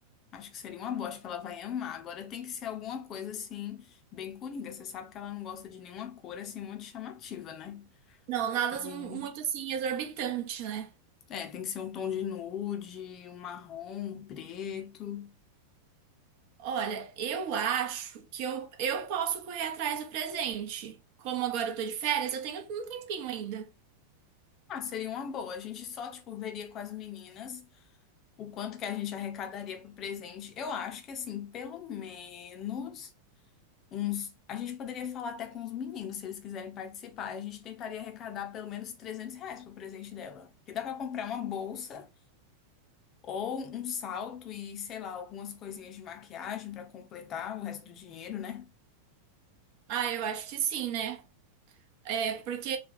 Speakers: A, on the left (about 30°); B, on the right (about 45°).
A: Acho que seria uma boa, acho que ela vai amar. Agora tem que ser alguma coisa assim, bem coringa. Você sabe que ela não gosta de nenhuma cor assim muito chamativa, né?
B: Não, nada
A: Hum.
B: mu- muito assim exorbitante, né?
A: É, tem que ser um tom de nude, um marrom, um preto.
B: Olha, eu acho que eu, eu posso correr atrás do presente. Como agora eu tô de férias, eu tenho um tempinho ainda.
A: Ah, seria uma boa. A gente só, tipo, veria com as meninas o quanto que a gente arrecadaria pro presente. Eu acho que, assim, pelo menos uns. A gente poderia falar até com os meninos, se eles quiserem participar. A gente tentaria arrecadar pelo menos 300 reais pro presente dela. Que dá pra comprar uma bolsa. Ou um salto e, sei lá, algumas coisinhas de maquiagem para completar o resto do dinheiro, né?
B: Ah, eu acho que sim, né? É, porque